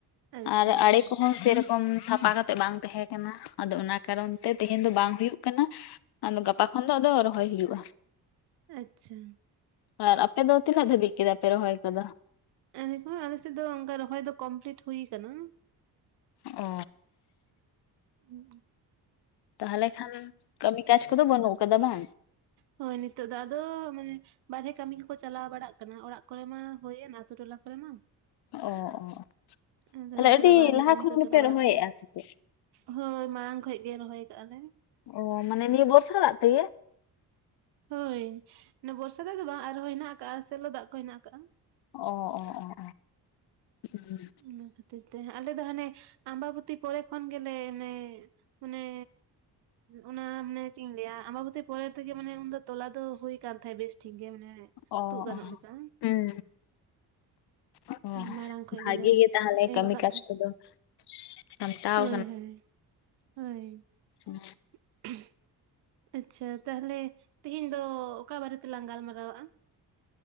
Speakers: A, on the right; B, on the left.
A: ᱟᱪᱪᱷᱟ
B: ᱟᱨ
A: ᱟᱪᱪᱷᱟ
B: ᱟᱲᱮ ᱠᱚᱦᱚᱸ ᱥᱮᱨᱚᱠᱚᱢ ᱥᱟᱯᱷᱟ ᱠᱟ ᱛᱮᱫ ᱵᱟᱝ ᱛᱟᱦᱮᱸ ᱠᱟᱱᱟ ᱟᱫᱚ ᱚᱱᱟ ᱠᱟᱨᱚᱱ ᱛᱮ ᱛᱮᱦᱮᱧ ᱫᱚ ᱵᱟᱝ ᱦᱩᱭᱩᱜ ᱠᱟᱱᱟ ᱟᱫᱚ ᱜᱟᱯᱟ ᱠᱷᱚᱱ ᱫᱚ ᱟᱫᱚ ᱨᱚᱦᱚᱭ ᱦᱩᱭᱩᱜᱼᱟ
A: ᱟᱪᱪᱷᱟ
B: ᱟᱨ ᱟᱯᱮ ᱫᱚ ᱛᱤᱱᱟᱹᱜ ᱫᱷᱟᱹᱵᱤᱡ ᱠᱮᱫᱟ ᱯᱮ ᱨᱚᱦᱚᱭ ᱠᱚᱫᱚ
A: ᱟᱞᱮ ᱦᱚᱸ ᱟᱞᱮᱥᱮᱫ ᱫᱚ ᱚᱱᱠᱟ ᱨᱚᱦᱚᱭ ᱫᱚ ᱠᱚᱢᱯᱞᱤᱴ ᱦᱩᱭ ᱠᱟᱱᱟ
B: ᱚ
A: ᱦᱩ
B: ᱛᱟᱦᱚᱞᱮ ᱠᱷᱟᱱ ᱠᱟᱹᱢᱤ ᱠᱟᱡᱽ ᱠᱚᱫᱚ ᱵᱟᱹᱱᱩᱜ ᱟᱠᱟᱫᱟ ᱵᱟᱝ
A: ᱦᱳᱭ ᱱᱤᱛᱚᱜ ᱫᱚ ᱟᱫᱚ ᱢᱟᱱᱮ ᱵᱟᱨᱦᱮ ᱠᱟᱹᱢᱤ ᱠᱚᱠᱚ ᱪᱟᱞᱟᱣ ᱵᱟᱲᱟᱜ ᱠᱟᱱᱟ ᱚᱲᱟᱜ ᱠᱚᱨᱮ ᱢᱟ ᱦᱩᱭᱮᱱ ᱟᱛᱳ ᱴᱚᱞᱟ ᱠᱚᱨᱮ ᱢᱟ
B: ᱚ ᱚ ᱚ
A: ᱟᱫᱚ
B: ᱛᱟᱦᱚᱞᱮ
A: ᱱᱤᱛᱚᱜ
B: ᱟᱹᱰᱤ
A: ᱫᱚ ᱵᱟᱨᱦᱮ
B: ᱞᱟᱦᱟ
A: ᱠᱟᱹᱢᱤ
B: ᱠᱷᱚᱱ
A: ᱠᱚ
B: ᱜᱮᱯᱮ
A: ᱪᱟᱞᱟᱣ ᱵᱟᱲᱟᱜ
B: ᱨᱚᱦᱚᱭᱮᱫᱼᱟ
A: ᱠᱟᱱᱟ
B: ᱥᱮ ᱪᱮᱫ
A: ᱦᱳᱭ ᱢᱟᱲᱟᱝ ᱠᱷᱚᱡ ᱜᱮ ᱨᱚᱦᱚᱭ ᱠᱟᱜᱼᱟ ᱞᱮ
B: ᱚ ᱢᱟᱱᱮ ᱱᱤᱭᱟᱹ ᱵᱚᱨᱥᱟ ᱫᱟᱜ ᱛᱮᱜᱮ
A: ᱦᱳᱭ ᱱᱚ ᱵᱚᱨᱥᱟ ᱫᱟᱜ ᱫᱚ ᱵᱟᱝ ᱟᱨᱦᱚᱸ ᱦᱮᱱᱟᱜ ᱟᱠᱟᱜ-ᱟ ᱥᱮᱞᱚ ᱫᱟᱜ ᱠᱚ ᱦᱮᱱᱟᱜ ᱟᱠᱟᱜᱼᱟ
B: ᱚ ᱚ ᱚ ᱚ
A: ᱚᱱᱟ ᱠᱷᱟᱹᱛᱤᱨ ᱛᱮ ᱟᱞᱮ ᱫᱚ ᱦᱟᱱᱮ ᱟᱢᱵᱟᱵᱚᱛᱤ ᱯᱚᱨᱮ ᱠᱷᱚᱱ ᱜᱮᱞᱮ ᱚᱱᱮ ᱚᱱᱮ ᱚᱱᱟ ᱢᱟᱱᱮ ᱪᱮᱫ ᱤᱧ ᱞᱟᱹᱭᱟ ᱟᱢᱵᱟᱵᱚᱛᱤ ᱯᱚᱨᱮ ᱛᱮᱜᱮ ᱢᱟᱱᱮ ᱩᱱ ᱫᱚ ᱛᱚᱞᱟ ᱫᱚ ᱦᱩᱭ ᱠᱟᱱ ᱛᱟᱦᱮᱫ ᱵᱮᱥ ᱴᱷᱤᱠ ᱜᱮ ᱢᱟᱱᱮ
B: ᱚ ᱚ
A: ᱛᱩᱫ ᱜᱟᱱᱚᱜ ᱞᱮᱠᱟ
B: ᱦᱩᱸ ᱦᱩᱸ ᱚ
A: ᱢᱟᱲᱟᱝ ᱠᱷᱚᱡ
B: ᱵᱷᱟᱜᱮ
A: ᱜᱮᱞᱮ
B: ᱜᱮ ᱛᱟᱦᱚᱞᱮ
A: ᱮᱨ
B: ᱠᱟᱹᱢᱤ
A: ᱟᱠᱟᱫ
B: ᱠᱟᱡᱽ
A: ᱛᱟᱦᱮᱸᱫ
B: ᱠᱚᱫᱚ ᱥᱟᱢᱴᱟᱣ
A: ᱦᱳᱭ ᱦᱳᱭ ᱦᱩ
B: ᱚᱸ
A: <unintelligible> ᱟᱪᱪᱷᱟ ᱛᱟᱦᱚᱞᱮ ᱛᱮᱦᱮᱧ ᱫᱚ ᱚᱠᱟ ᱵᱟᱨᱮ ᱛᱮᱞᱟᱝ ᱜᱟᱞᱢᱟᱨᱟᱣᱟᱜ-ᱟ